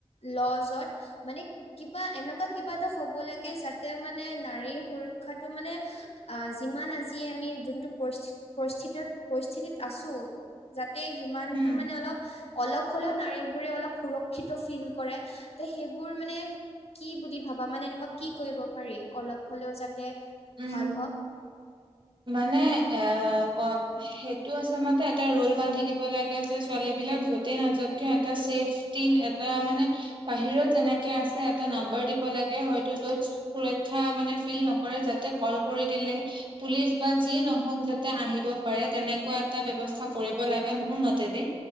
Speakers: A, on the left; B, on the right.
A: ল'জত <unintelligible> মানে কিবা এনেকুৱা কিবা এটা হ'ব লাগে যাতে মানে নাৰীৰ সুৰক্ষাটো মানে <unintelligible> অ' যিমান আজি আমি যোনটো পৰিস্থি পৰিস্থিতিত- পৰিস্থিতিত আছো যাতে সিমানটো
B: উম
A: মানে অলপ অলপ- হ'লেও নাৰীবোৰে অলপ সুৰক্ষিত ফিল কৰে ত' সেইবোৰ মানে- কি বুলি ভাবা মানে এনেকুৱা কি কৰিব পাৰি অলপ হ'লেও যাতে
B: উম
A: ভাল হওঁক।
B: মানে এ ক- সেইটো আচলতে এটা ৰোল বান্ধি দিব লাগে যে ছোৱালী বিলাক যতেই নাযকে এটা ছেফ- টিন এটা মানে বাহিৰত যেনেকে আছে এটা নাম্বাৰ দিব লাগে হয়তো য'ত- সুৰক্ষা মানে ফিল নকৰে যাতে কল কৰি দিলে- পুলিচ বা যি নহওঁক যাতে আহিব পাৰে তেনেকুৱা এটা ব্যৱস্থা কৰিব লাগে মোৰ মতেদি।